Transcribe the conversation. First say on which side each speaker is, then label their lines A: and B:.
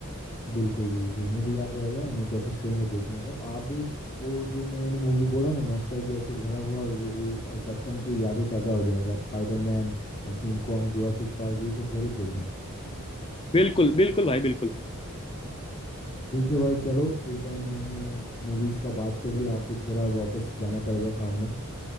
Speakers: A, on the left; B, on the left.
A: बिल्कुल बिल्कुल मुझे याद रहेगा मैं कोशिश करूंगा देखने का आप भी वो जो मैंने मूवी बोला ना नॉस्टैल्जिया से भरा हुआ वो वो और बचपन की यादें ताज़ा हो जाएंगी आप Spiderman King Kong Jurassic Park ये सब ज़रूर देखना
B: बिल्कुल बिल्कुल भाई बिल्कुल
A: ठीक है भाई चलो फ्री टाइम में हमने मूवीज़ का बात कर लिया आप तो थोड़ा वापस जाना पड़ेगा काम में